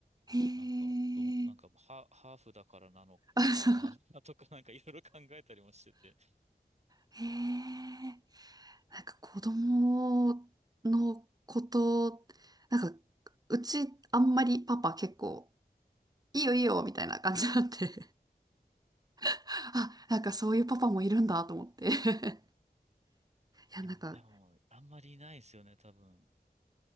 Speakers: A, on the right; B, on the right.
A: へえ、
B: あ、なんか、どう、なんか、ハ、ハーフだからなのか、
A: <laughs> あ、そう、
B: <laughs> とか、なんかいろいろ考えたりもしてて。
A: へえ。なんか子供のこと、なんか、うちあんまりパパ結構、いいよいいよみたいな感じなんで <laughs> あ、なんかそういうパパもいるんだと思って <laughs> いや、
B: いや、
A: なんか、
B: でも、あんまりいないですよね、多分。